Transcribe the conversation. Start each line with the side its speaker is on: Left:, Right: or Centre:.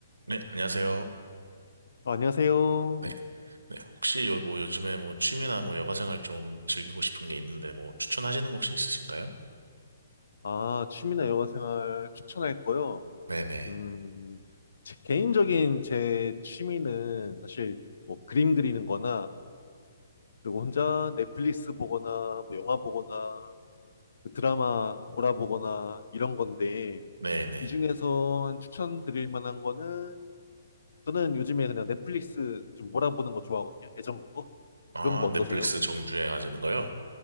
Right: 네, 안녕하세요.
Left: 아, 안녕하세요.
Right: 네, 네. 혹시 요, 뭐 요즘에 뭐 취미나 뭐 여가 생활 좀 즐기고 싶은 게 있는데 뭐 추천하시는 거 혹시 있으신가요?
Left: 아, 취미나 여가 생활 추천할 거요.
Right: 네네.
Left: 음, 제 개인적인 제 취미는 사실 뭐 그림 그리는 거나 그리고 혼자 넷플릭스 보거나 뭐 영화 보거나 그 드라마 몰아보거나 이런 건데
Right: 네네.
Left: 이 중에서 한 추천드릴 만한 거는 저는 요즘에 그냥 넷플릭스 좀 몰아보는 거 좋아하거든요. 예전 거.
Right: 아,
Left: 그런 거 어떠세요?
Right: 넷플릭스 정주행 하시는 거요?